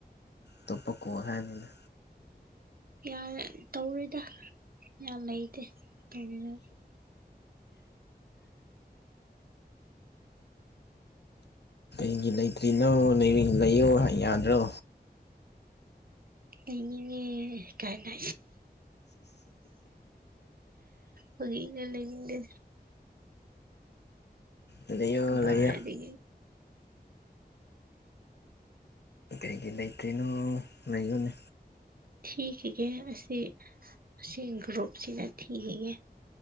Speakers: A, on the left; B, on the right.
A: ꯇꯣꯞꯄ ꯀꯣ ꯍꯥꯏꯅꯤꯅꯦ
B: ꯌꯥ ꯇꯧꯔꯤꯗ ꯌꯥꯝ ꯂꯩꯇꯦ ꯇꯧꯔꯤꯗ
A: ꯑꯩꯒꯤ ꯂꯩꯇ꯭ꯔꯤꯅꯣ ꯅ ꯂꯩꯌꯣ ꯌꯥꯗ꯭ꯔꯣ
B: ꯂꯩꯅꯤꯡꯉꯦ ꯀꯥꯏꯅ ꯍ ꯌꯦꯒ ꯂꯩꯅꯤꯡꯦ
A: ꯂꯩꯌꯣ
B: ꯀꯗꯥꯔꯤ
A: ꯂꯩꯌꯣ ꯀꯩꯒꯤ ꯂꯩꯇ꯭ꯔꯤꯅꯣ ꯂꯩꯉꯣꯅꯦ
B: ꯊꯒ ꯑꯁꯤꯁ ꯑꯁꯤ ꯒ꯭ꯔꯨꯞꯁꯤꯅ ꯊꯒꯦ